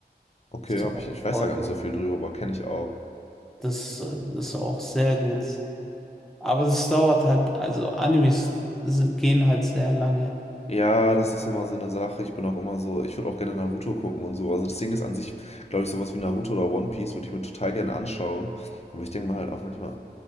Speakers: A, on the left; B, in the centre.
A: Okay,
B: Das ist
A: hab
B: auch
A: ich, ich weiß
B: voll,
A: da gar nicht so viel drüber, aber kenne ich auch.
B: das, äh, das ist auch sehr gut. Aber das dauert halt, also Animes s- gehen halt sehr lange.
A: Ja, das ist immer so eine Sache. Ich bin auch immer so, ich würde auch gerne Naruto gucken und so. Also das Ding ist an sich, glaube ich, sowas wie Naruto oder One Piece würde ich mir total gerne anschauen. Aber ich denke mir halt auch manchmal,